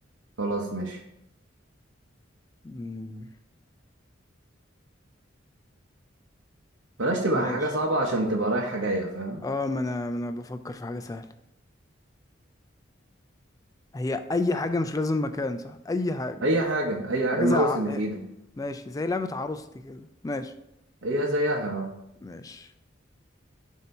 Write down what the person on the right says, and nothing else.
خلاص ماشي
بلاش تبقى
حاجة صعبة عشان تبقى رايحة جاية فاهم
اي حاجة اي
الماوس
اللي
في ايدك
هي زيها اه.